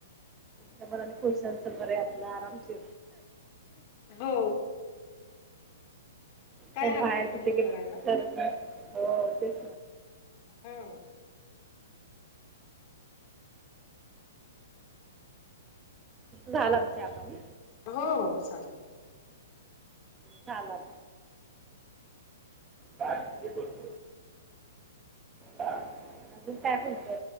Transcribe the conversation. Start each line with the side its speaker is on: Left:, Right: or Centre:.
Left: ते-
Right: समर खुश
Left: ते-
Right: झालचं बरे आपलं आरामशी
Left: हो काय
Right: त्या बाहेर
Left: हरकत
Right: कुठे
Left: नाही
Right: गेलं
Left: करायला
Right: तर हो तेच
Left: होो
Right: झालं आमच्या आपण
Left: हो हो चालेल
Right: ् ला झा काय ते बत अजून कायत